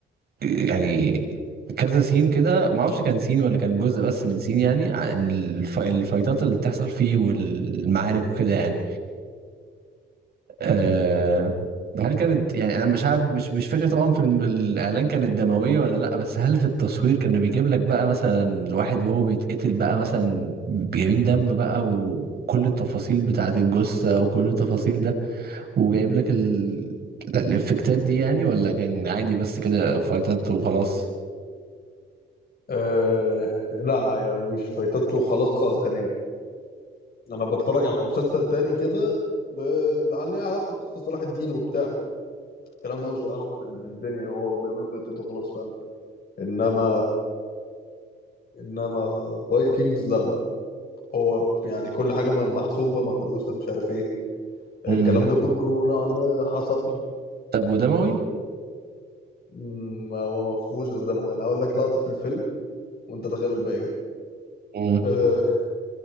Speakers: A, on the right; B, on the left.
A: يعني كذا سين كده ما اعرفش كان سين ولا كان جزء بس من سين يعني عن الف... الفايتات اللي بتحصل فيه والمعارك وكده يعني أه... هل كانت يعني انا مش عارف مش مش فاكر طبعا في الم- الاعلان كانت دمويه ولا لا بس هل في التصوير كانوا بيجيب لك بقى مثلا واحد وهو بيتقتل بقى مثلا جايبين دم بقى وكل التفاصيل بتاعه الجثه وكل التفاصيل ده وجايب لك ال... الافكتات دي يعني ولا كان عادي بس كده فايتات وخلاص
B: آه لا يعني مش فايتته خلاص خالص يعني انا بتفرج على مسلسل تاني كده ب- عليه علاقه بقصه صلاح الدين وبتاع الكلام ده ملوش علاقه بال- بالدنيا هو بيعملوا فايتته خلاص فعلا انما انما فايكنجز لا لا هو يعني كل حاجه من- محسوبه مدروسه مش عارف ايه
A: امم
B: الكلام ده كله نوعا ما حصل
A: طب ودموي
B: م- هو ما فيهوش غير دموي يعني هقول لك لقطه في الفيلم وانت تخيل الباقي بقى
A: مم.
B: آه،